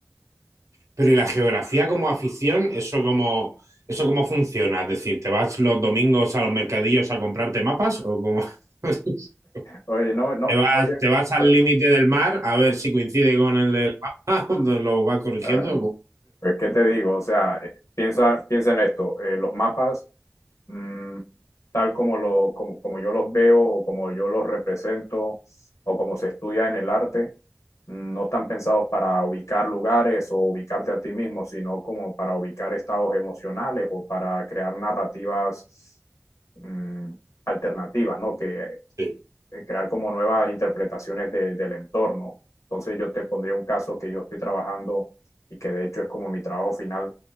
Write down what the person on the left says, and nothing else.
Oye, no, no,
oye,
no,
eh,
Pues, ¿qué te digo? O sea, eh, piensa, piensa en esto. eh, los mapas, mm, tal como, lo, como, como yo los veo o como yo los represento o como se estudia en el arte, mm, no están pensados para ubicar lugares o ubicarte a ti mismo, sino como para ubicar estados emocionales o para crear narrativas, mm, alternativas, ¿no? Que
eh, crear como nuevas interpretaciones de, del entorno. Entonces yo te pondría un caso que yo estoy trabajando y que de hecho es como mi trabajo final